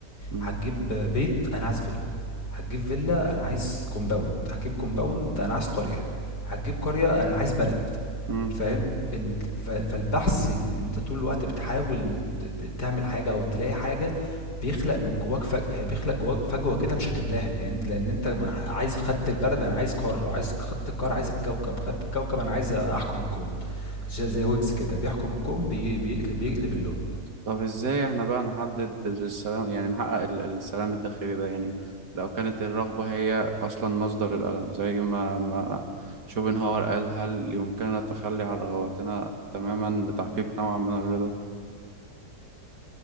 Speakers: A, on the right (about 80°); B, on the left (about 75°).
A: مم.
B: هتجيب بيت انا عايز فيلا هتجيب فيلا انا عايز كومباوند هتجيب كومباوند انا عايز قرية هتجيب قرية انا عايز بلد
A: مم.
B: فاهم إن- ف- فالبحث اللي انت طول الوقت بتحاول ت- ت- تعمل حاجة او تلاقي حاجة بيخلق من جواك فج... يعني بيخلق جواك فجوة كده مش هتملاها يعني انت لان انت م- عايز خدت البلد انا عايز قارة عايز خدت القارة عايز الكوكب خدت الكوكب انا عايز احكم الكون زي, زي ويجز كده بيحكم الكون بي... بيقلب بيقلب اللون
A: طب ازاي احنا بقى نحدد السلام يعني نحقق ال- السلام الداخلي ده يعني لو كانت الرغبة هي أصلا مصدر الألم زي ما ما شوبنهاور قال هل يمكننا التخلي عن رغباتنا تماما لتحقيق نوع من الرضا